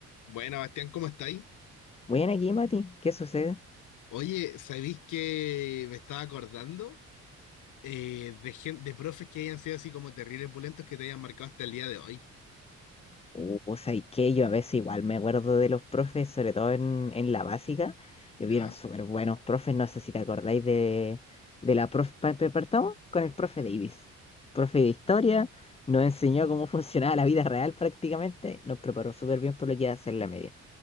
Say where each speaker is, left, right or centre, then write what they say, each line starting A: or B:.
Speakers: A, on the left; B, on the left.
A: Bueno, Bastián, ¿cómo estáis?
B: Bueno, aquí, Mati, ¿qué sucede?
A: Oye, ¿sabéis que me estaba acordando eh, de, gen- de profes que hayan sido así como terribles pulentos que te hayan marcado hasta el día de hoy?
B: O o sea, y que yo a veces igual me acuerdo de los profes, sobre todo en, en la básica. Yo
A: ¿Ya?
B: vieron súper buenos profes, no sé si te acordáis de, de la profe Pepe Partón con el profe Davis. Profe de historia, nos enseñó cómo <laughs> funcionaba la vida real prácticamente, nos preparó súper bien por lo que iba a ser la media.